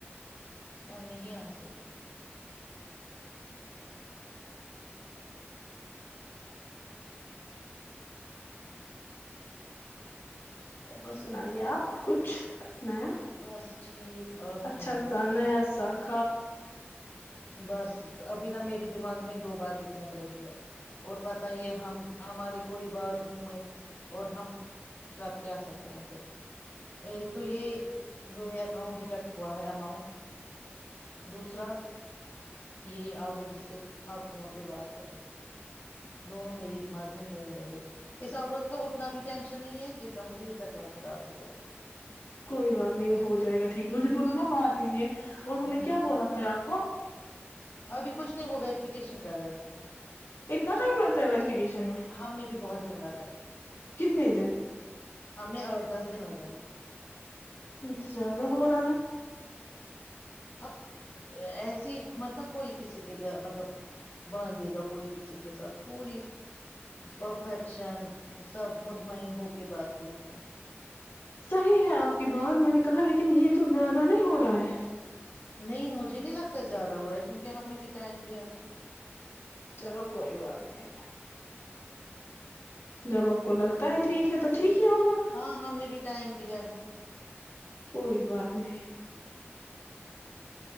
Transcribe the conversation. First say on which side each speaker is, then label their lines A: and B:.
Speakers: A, on the left; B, on the left.
A: میں نہیں آ سکتی
B: اور سنائیے آپ کچھ نیا
A: بس ٹھیک آپ
B: اچھاچ
A: سنائیے
B: سا نیا سا <unintelligible>
A: بس ابھی نا میرے دماغ میں دو باتیں گھوم رہی ہے اور پت ہی ہم ہماری کوئی بات گھومے اور ہم کر کے آ سکتے ہیں پھر ایک تو یہ جو یہ اکاؤنٹ ڈیٹیکٹ ہوا ہے اماؤنٹ دوسرا یہی عورت جس سے آپ فون پہ بات کر رہے تھے دونوں میرے دماغ میں گھوم رہے اس عورت کا اتنا بھی ٹینشن نہیں ہے جتنا مجھے اس اکاؤنٹ خراب ہوا
B: کوئی بات نہیں ہو جائے گا ٹھیک مجھے بولو نا بات ہی یہ انہوں
A: ہ
B: نے کیا بولا پھر آپ کو
A: ابھی کچھ نہیں وہ ویریفیکیشن کر رہے ہیں
B: اتنا ٹائم لگتا ہے انویسٹیگیشن میں
A: ہم نے بھی بہت دن لگائے
B: کتنے دن
A: ہم نے آٹھ دس دن لگائے
B: یہ تو زیادہ ہو رہا ہے
A: اب ایسی حک مت ن کوئی کسی کے مطلب باندھ دے گا کوئی کسی کے ساتھ پوری پرفیکشن سب مطمئن ہو کے بات ہوتی ہے <unintelligible>
B: صحیح ہے آپ کی بات میں نے کہا لیکن یہ تو زیادہ نہیں ہو رہا ہے
A: نہیں مجھے نہیں لگتا زیادہ ہو رہا ہے کیونکہ ہم نے بھی ٹائم دیا ہے نا
B: چلو کوئی بات نہیں جب آپ کو لگتا ہے ٹھیک ہے تو ٹھیک ہی ہوگا
A: ہاں ہم نے بھی ٹائم دیا ہے نا <unintelligible>
B: کوئی بات نہیں